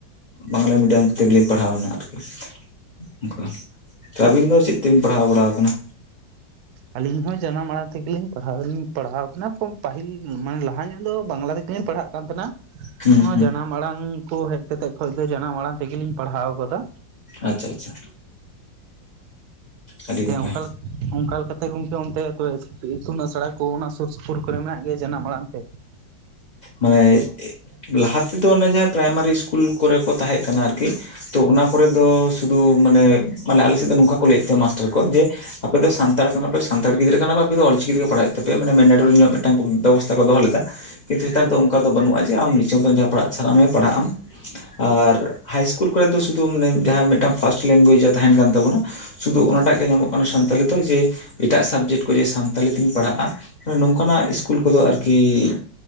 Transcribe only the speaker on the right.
ᱟᱞᱤᱧ ᱦᱚᱸ ᱡᱟᱱᱟᱢ ᱟᱲᱟᱝ ᱛᱮᱜᱮᱞᱤᱧ ᱯᱟᱲᱦᱟᱣ ᱫᱚᱞᱤᱧ ᱯᱟᱲᱦᱟᱣ ᱠᱟᱱᱟ᱾ ᱯᱟᱹᱦᱤᱞ ᱢᱟᱱᱮ ᱞᱟᱦᱟ ᱧᱚᱜ ᱫᱚ ᱵᱟᱝᱞᱟ ᱯᱟᱲᱦᱟᱜ ᱠᱟᱱ ᱛᱟᱸᱦᱮᱱᱟ᱾
ᱚᱱᱟ
ᱡᱟᱱᱟᱢ ᱟᱲᱟᱝ ᱠᱚ ᱦᱮᱡ ᱠᱟᱛᱮ ᱠᱷᱚᱡ ᱫᱚ ᱡᱟᱱᱟᱢ ᱟᱲᱟᱝ ᱛᱮᱜᱮᱞᱤᱧ ᱯᱟᱲᱦᱟᱣ ᱟᱠᱟᱫᱟ᱾
ᱚᱱᱠᱟ ᱚᱱᱠᱟ ᱞᱮᱠᱟᱛᱮ ᱜᱚᱝᱠᱮ ᱚᱱᱛᱮ ᱛᱚᱵᱮ ᱤᱛᱩᱱ ᱟᱥᱲᱟ ᱠᱚ ᱚᱱᱟ ᱥᱩᱨ ᱥᱩᱯᱩᱨ ᱠᱚᱨᱮ ᱢᱮᱱᱟᱜ ᱜᱮᱭᱟ ᱡᱟᱱᱟᱢ ᱟᱲᱟᱝ ᱛᱮ?